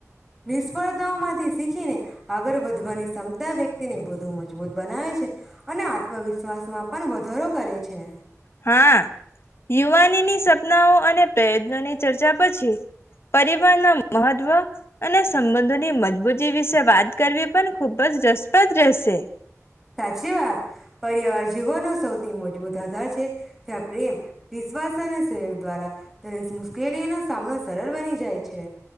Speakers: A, in the centre; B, on the left.
A: નિષ્ફળતાઓમાંથી સી <unintelligible> ને આગળ વધવાની ક્ષમતા વ્યક્તિને વધુ મજબૂત બનાવે છે અને આત્મવિશ્વાસમાં પણ વધારો કરે છે.
B: હા યુવાનીની <unintelligible> સપનાઓ અને પ્રયત્નોની ચર્ચા પછી પરિવારના મહત્વ અને સંબંધોની મજબૂતી વિશે વાત કરવી પણ ખુબ જ રસપ્રદ રહેશે.
A: સાચી વાત પરિવાર જીવનો સૌથી મજબૂત થાય છે. ત્યાં પ્રેમ, વિશ્વાસ અને સહયોગ દ્વારા <unintelligible> મુશ્કેલીઓનો સામનો સરળ બની જાય છે.